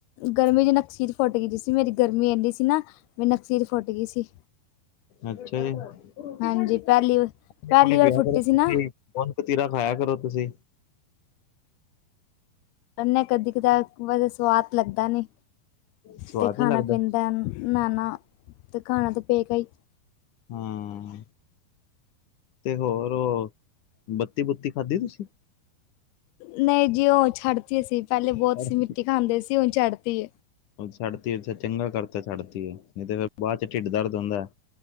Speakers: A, on the left; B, on the left.
A: ਗਰਮੀ ਚ ਨਕਸੀ ਫੁੱਟ ਗਈ ਸੀ ਮੇਰੀ ਗਰਮੀ ਇੰਨੀ ਸੀ ਨਾ ਮੇਰੀ ਨਕਸੀਰ ਫੁੱਟ ਗਈ ਸੀ।
B: ਅੱਛਾ ਜੀ। ਰੋਟੀ
A: ਹਾਂਜੀ
B: ਛੱਡ ਕੇ
A: ਪਹਿਲੀ
B: ਪਾਣੀ
A: ਪਹਿਲੀ
B: ਪੁਣੀ
A: ਵਾਰ
B: ਪਿਆ
A: ਫੁੱਟੀ
B: ਕਰੋ ਤੁਸੀਂ
A: ਸੀ ਨਾ
B: ਗੋਦ ਕਤੀਰਾ ਖਾਇਆ ਕਰੋ ਤੁਸੀਂ।
A: ਉਹਨੇ ਕਦੀ ਕਦਾ ਸਵਾਦ ਲੱਗਦਾ ਨਹੀਂ।
B: ਸਵਾਦ
A: ਤੇ ਖਾਣਾ
B: ਨੀ ਲੱਗਦਾ।
A: ਪੀਂਦਾ ਨ ਨਾ ਤੇ ਖਾਣਾ ਤਾਂ ਪਏਗਾ ਹੀ।
B: ਹਾਂ। ਤੇ ਹੋਰ ਬੱਤੀ ਬੁੱਤੀ ਖਾਧੀ ਤੁਸੀਂ
A: ਨਹੀਂ ਜੀ ਉਹ ਛੱਡਤੀ ਸੀ ਪਹਿਲੇ ਬਹੁਤ
B: ਹੂੰ।
A: ਸੀ ਮਿੱਟੀ ਖਾਂਦੇ ਸੀ ਉਹ ਛੱਡਦੀ।
B: ਛੱਡ ਤੀ ਉਹ ਤੇ ਚੰਗਾ ਕਰਤਾ ਛੱਡਤੀ ਏ ਨਹੀਂ ਤੇ ਫੇਰ ਬਾਅਦ ਚ ਢਿੱਡ ਦਰਦ ਹੁੰਦਾ ਹੈ।